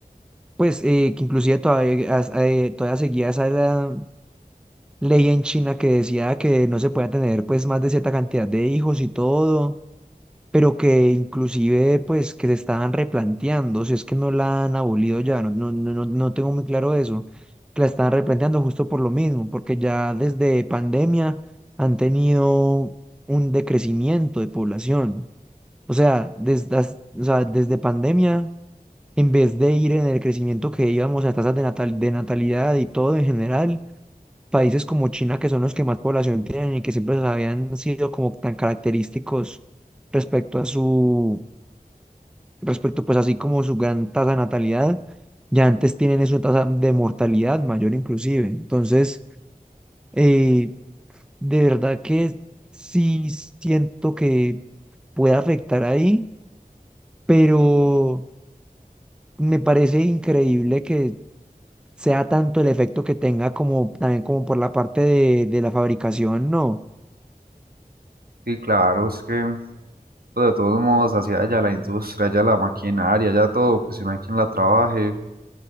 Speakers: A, in the centre; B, on the right.
A: pues eh, que inclusive todavía, as- eh, todavía seguía esa, edad ley en China que decía que no se podía tener pues más de cierta cantidad de hijos y todo, pero que inclusive pues que se estaban replanteando, si es que no la han abolido ya, no, no, no, no no tengo muy claro eso, que la estaban replanteando justo por lo mismo, porque ya desde pandemia han tenido un decrecimiento de población. O sea, desde, as- o sea, desde pandemia, en vez de ir en el crecimiento que íbamos a tasas de natal, de natalidad y todo en general, países como China, que son los que más población tienen y que siempre habían sido como tan característicos respecto a su, respecto pues así como su gran tasa de natalidad, ya antes tienen eso, tasa de mortalidad mayor inclusive. Entonces, eh, de verdad que sí siento que puede afectar ahí, pero me parece increíble que sea tanto el efecto que tenga como también como por la parte de, de la fabricación, ¿no?
B: Sí, claro, es que pues, de todos modos hacia allá la industria, allá la maquinaria, allá todo, pues si no hay quien la trabaje,